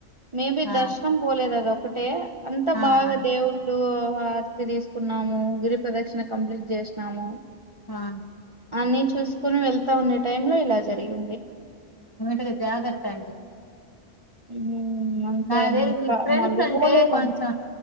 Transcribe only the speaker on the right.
మేబీ
దర్శనం పోలే దాదా ఒకటే అంతా
బాగా
దేవుళ్ళు వార్త తీసుకు న్నాము గిరి ప్రదక్షిణ కంప్లీట్ చేస్ నాము
అన్ని చూసుకుని వెళ్తా ఉన్న టైం లా ఇలా జరిగింది
హ్మ్ అంతే
అండి ఇంకా
మళ్ళీపోలేదండి